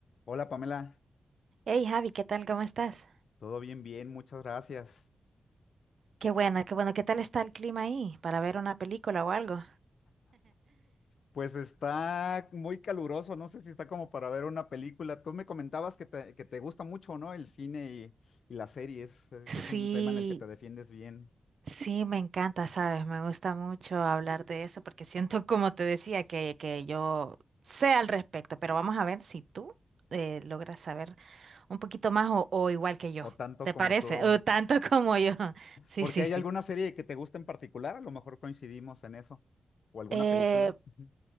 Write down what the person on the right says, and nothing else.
Hey Javi, ¿qué tal? ¿Cómo estás?
Qué bueno, qué bueno. ¿Qué tal está el clima ahí para ver una película o algo?
Sí,
sí, me encanta, ¿sabes? Me gusta mucho hablar de eso porque siento, como te decía, que, que yo sé al respecto, pero vamos a ver si tú eh, logras saber un poquito más o, o igual que yo.
¿Te
parece?
O tanto como yo. <laughs> Sí,
sí,
sí.
Eh,